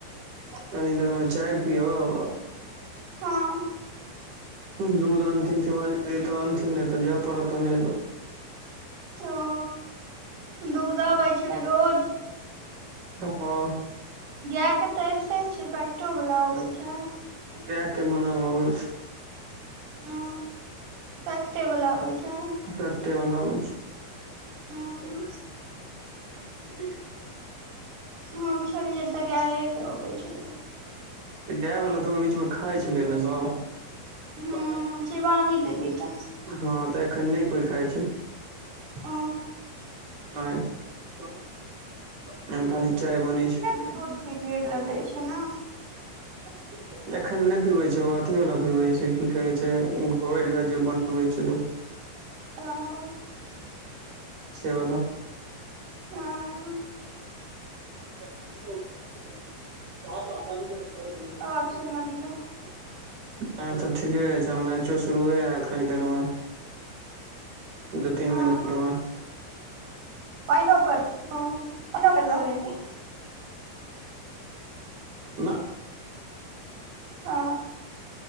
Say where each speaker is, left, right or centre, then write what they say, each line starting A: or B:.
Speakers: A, on the right; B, on the right.
A: कनि देर मे चाय पियब आब
B: हँ
A: दूध अनथिन सेवानि दी तऽ अनथिन ने तऽ जाय पड़त आनै लऽ
B: ओ दूध अबै छै रोज
A: हाँ
B: गायके तऽ अबिते छै पैक्टो वला अबै छै
A: गायके मना भऽ गेल छै
B: ओ पैक्टे बला आबै छै
A: पैक्टे वला अबै छै
B: हूँ
A: <inaudible>
B: हम छेलियै तऽ गाए कऽ अबै छलै
A: तऽ गाय वला तऽ ओहि बीच मे खाय छलै नऽ सब
B: हूँ शिवानी दीदी टा
A: हँ तऽ एखन नय कोइ खाइ छै
B: ओ
A: आंय ओयमे खाली चाय बनै छै।
B: द <unintelligible> पीरड ल दै छै ने
A: <inaudible> एखन नय पीबै छै ओ अथी वला पीबे छै की कहै छै घोर कऽ जे बनबै छेलौ <inaudible>
B: आ
A: सेवलो
B: हुँ
A: <inaudible>
B: आओर सुनबियौ
A: आओर सब तऽ ठीके अछि आब मैचो शुरुए हैत कनि देर मे दू तीन
B: हँ
A: मिनट मे
B: पइनो पाइनो पड़ि रहलै ये की
A: न
B: अ